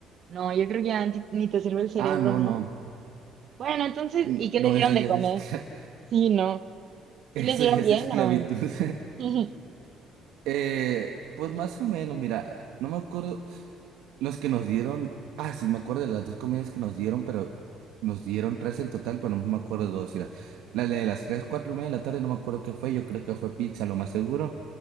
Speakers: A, on the right (about 50°); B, on the right (about 85°).
A: No, yo creo que ya ni ni te sirve el cerebro,
B: ah, no,
A: ¿no?
B: no,
A: Bueno, entonces,
B: no,
A: ¿y qué
B: no,
A: les dieron
B: eso ya
A: de comer?
B: es, escla-
A: Sí, no.
B: <laughs> eso
A: ¿Sí les dieron
B: ya es
A: bien
B: esclavitud.
A: o...?
B: <laughs>
A: <laughs>
B: Eh, pues más o menos, mira, no me acuerdo los que nos dieron, ah, sí, me acuerdo de las dos comidas que nos dieron, pero nos dieron tres en total, pero no me acuerdo de dos, mira, la de las tres, cuatro y media de la tarde, no me acuerdo qué fue, yo creo que fue pizza, lo más seguro,